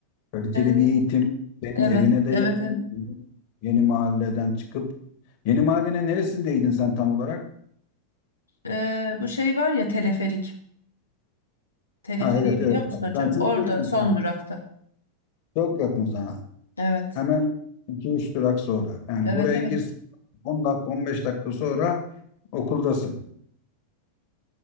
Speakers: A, on the left (about 45°); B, on the left (about 80°).
A: kaliteli
B: e,
A: bir eğitim. Senin
B: evet,
A: evine de
B: evet,
A: yakın.
B: evet.
A: Yeni mahalleden çıkıp. Yeni mahallenin neresindeydin sen tam olarak?
B: E, bu şey var ya teleferik. Teleferiği
A: Ha evet
B: biliyor
A: evet.
B: musun
A: Bak,
B: hocam?
A: Sen çok
B: Orada
A: yakın
B: son
A: sana.
B: durakta.
A: Çok yakın sana.
B: Evet,
A: Hemen iki üç durak sonra. Yani
B: evet,
A: buraya
B: evet.
A: girsin. 10 dakika 15 dakika sonra okuldasın.